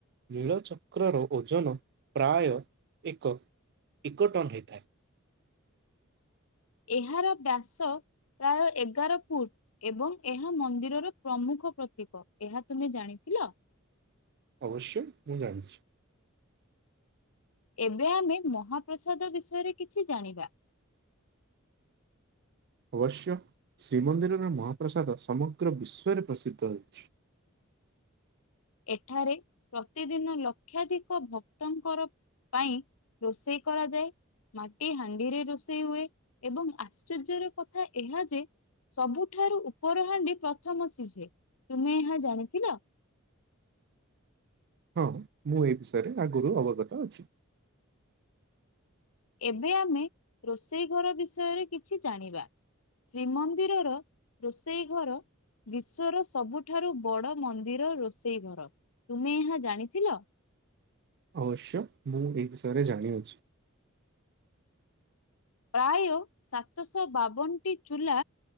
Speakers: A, on the right; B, on the left.
A: ନୀଳଚକ୍ରର ଓଜନ ପ୍ରାୟ ଏକ ଏକଟନ୍ ହେଇଥାଏ।
B: ଏହାର ବ୍ୟାସ ପ୍ରାୟ ଏଗାର ଫୁଟ ଏବଂ ଏହା ମନ୍ଦିରର ପ୍ରମୁଖ ପ୍ରତୀକ। ଏହା ତୁମେ ଜାଣିଥିଲ? <inaudible>
A: ଅବଶ୍ୟ, ମୁଁ ଜାଣିଚି।
B: ଏବେ ଆମେ ମହାପ୍ରସାଦ ବିଷୟରେ କିଛି ଜାଣିବା।
A: ଅବଶ୍ୟ, ଶ୍ରୀମନ୍ଦିରର ମହାପ୍ରସାଦ ସମଗ୍ର ବିଶ୍ଵରେ ପ୍ରସିଦ୍ଧ ହୋଇଛି।
B: ଏଠାରେ ପ୍ରତିଦିନ ଲକ୍ଷାଧିକ ଭକ୍ତଙ୍କର ପାଇଁ ରୋଷେଇ କରାଯାଏ। ମାଟି ହାଣ୍ଡିରେ ରୋଷେଇ ହୁଏ। ଏବଂ ଆଶ୍ଚର୍ଯ୍ୟର କଥା ଏହା ଯେ ସବୁଠାରୁ ଉପରହାଣ୍ଡି ପ୍ରଥମ ସିଝେ। ତୁମେ ଏହା ଜାଣିଥିଲ?
A: ହଁ, ମୁଁ ଏ ବିଷୟରେ ଆଗରୁ ଅବଗତ ଅଛି।
B: ଏବେ ଆମେ ରୋଷେଇ ଘର ବିଷୟରେ କିଛି ଜାଣିବା। ଶ୍ରୀମନ୍ଦିରର ରୋଷେଇ ଘର ବିଶ୍ଵର ସବୁଠାରୁ ବଡ ମନ୍ଦିର ରୋଷେଇ ଘର। ତୁମେ ଏହା ଜାଣିଥିଲ?
A: ଅବଶ୍ୟ, ମୁଁ ଏ ବିଷୟରେ ଜାଣିଅଛି।
B: ପ୍ରାୟ ସାତଶହ ବାବନଟି ଚୁଲା